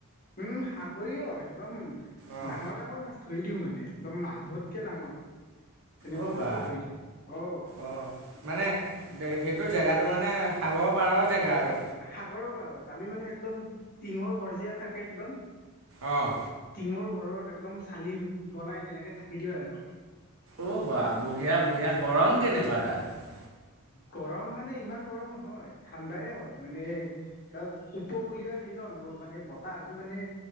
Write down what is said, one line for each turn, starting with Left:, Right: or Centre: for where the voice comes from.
Left: উম সাগৰিয় একদম
Right: অঁ
Left: ডাঙৰ ডাঙৰ মাছ ধৰি দিওঁ মানে একদম মানুহতকে ডাঙৰ তেনেকুৱা
Right: অ বা
Left: মাছো ধৰি দিওঁ অ
Right: অ মানে সেইটো জেগাটো মানে সাগৰৰ পাৰৰ জেগা আৰু
Left: সাগৰৰ পাৰৰ দামি মানুহে একদম টিঙৰ ঘৰ যে থাকে একদম
Right: অঁ
Left: টিঙৰ ঘৰৰ একদম চালি বনাই তেনেকে থাকি দিওঁ আৰু
Right: অঁ' বা বঢ়িয়া, বঢ়িয়া গৰম কেনেকুৱা তাত
Left: গৰম মানে ইমান গৰম নহয় ঠাণ্ডাই হয় মানে তাত উপকীয় সেই ন ন মানে বতাহটো মানে।